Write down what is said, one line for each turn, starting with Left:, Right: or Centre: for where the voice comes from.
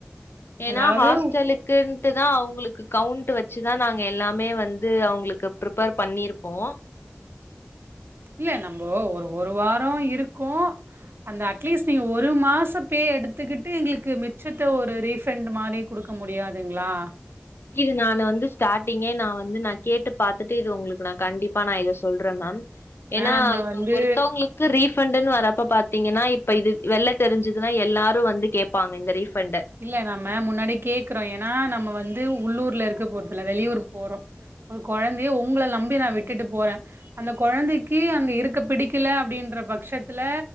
Left: ஏன்னா
Right: அதாவது
Left: ஹாஸ்டலுக் ன்ட்டு தா அவுங்களுக்கு கவுண்ட் வச்சுதா நாங்க எல்லாமே வந்து அவுங்களுக்கு ப்ரிப்பேர் பண்ணிருப்போம்
Right: இல்ல நம்போ ஒரு ஒரு வாரோ இருக்கோ அந்த அட்லீஸ்ட் நீங்க ஒரு மாசம் பே எடுத்துக்கிட்டு எங்களுக்கு மிச்சத்த ஒரு ரீஃபண்ட் மாரி குடுக்க முடியாதுங்களா
Left: இது நானு வந்து ஸ்டார்டிங்கே நா வந்து நா கேட்டு பாத்துட்டு இது உங்களுக்கு நா கண்டிப்பா நா இத சொல்றே மேம் ஏன்னா
Right: நம்ம
Left: இப்ப
Right: வந்து
Left: ஒருத்தோங்களுக் கு ரீஃபண்டுன்னு வரப்ப பாத்தீங்கன்னா இப்ப இது வெள்ள தெரிஞ்சதுன்னா எல்லாரும் வந்து கேப்பாங்க இந்த ரீஃபண்ட
Right: இல்ல நாம்ம முன்னாடி கேக்குறோம் ஏன்னா நம்ம வந்து உள்ளூர்ல இருக்க போறதுல வெளியூர் போறோம் ஒரு கொழந்தைய உங்கள நம்பி நா விட்டுட்டு போறேன் அந்த கொழந்தைக்கு அங்க இருக்க பிடிக்கல அப்டின்ற பட்சத்துல